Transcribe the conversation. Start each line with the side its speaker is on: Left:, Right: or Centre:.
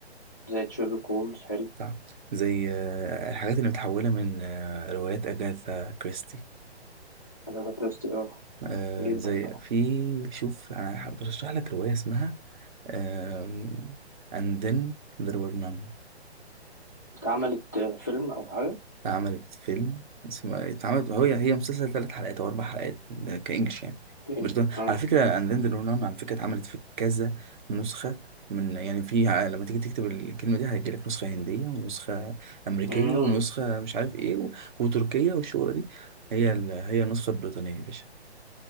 Left: زي شيرلوك هولمز حلو
Right: صح زي آه الحاجات اللي متحولة من آه روايات أجاثا كريستي
Left: اجاثا كريستي اه
Right: آه
Left: جدا
Right: زي
Left: بقى
Right: في شوف أنا برشح لك رواية اسمها آم، And then there were none
Left: اتعملت آه، فيلم او حاجه
Right: اتعملت فيلم اسمه اتعملت هو هي مسلسل ثلاث حلقات او اربع حلقات كانجلش يعني
Left: اوكي
Right: بريطاني
Left: اه
Right: على فكره اند ذن رونان على فكره اتعملت في كذا نسخه من يعني في ع- لما تيجي تكتب الكلمه دي هيجيلك نسخه هنديه ونسخه امريكيه
Left: امم
Right: ونسخه مش عارف ايه و... وتركيه والشغله دي هي ال... هي النسخه البريطانيه يا باشا